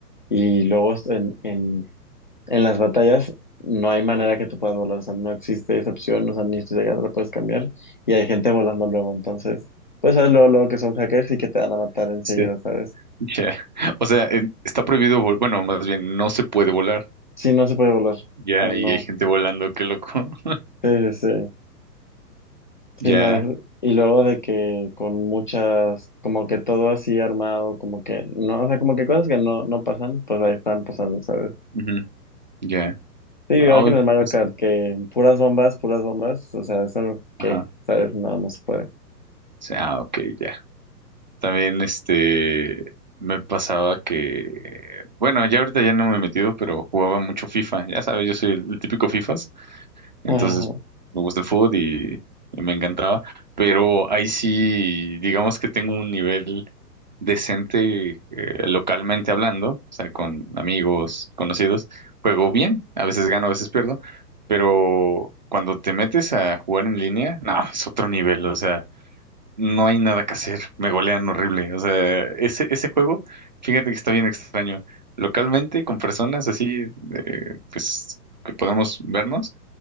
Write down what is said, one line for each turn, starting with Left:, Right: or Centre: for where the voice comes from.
Left: y luego es- en, en, en las batallas no hay manera que tú puedas volar, o sea, no existe esa opción, o sea, ni siquiera la puedes cambiar, y hay gente volando luego, entonces, pues sabes luego, luego que son hackers y que te van a matar enseguida,
Right: Sí,
Left: ¿sabes?
Right: ya. O sea, en- está prohibido, vol- bueno, más bien no se puede volar.
Left: Sí, no se puede volar, o
Right: Ya,
Left: sea, no,
Right: y hay gente volando, qué loco. <laughs>
Left: sí, sí, sí. Sí,
Right: Ya,
Left: no, es- y luego de que con muchas, como que todo así armado, como que no, o sea, como que cosas que no, no pasan, pues ahí están pasando, ¿sabes?
Right: ujú, ya.
Left: Sí, igual
Right: Ah, uy,
Left: que en el Mario
Right: pues,
Left: Kart, que puras bombas, puras bombas, o sea, eso no, ¿qué?
Right: ajá.
Left: ¿Sabes? No, no se puede.
Right: Sí, ah, ok, ya. También este me pasaba que, bueno, ya ahorita ya no me he metido, pero jugaba mucho FIFA. Ya sabes, yo soy el típico FIFA Entonces,
Left: Ah,
Right: me gusta el fútbol y, y me encantaba. Pero ahí sí, digamos que tengo un nivel decente eh, localmente hablando, o sea, con amigos, conocidos. Juego bien, a veces gano, a veces pierdo, pero cuando te metes a jugar en línea, no, es otro nivel, o sea, no hay nada que hacer, me golean horrible, o sea, ese, ese juego, fíjate que está bien extraño. Localmente, con personas así, eh, pues, que podemos vernos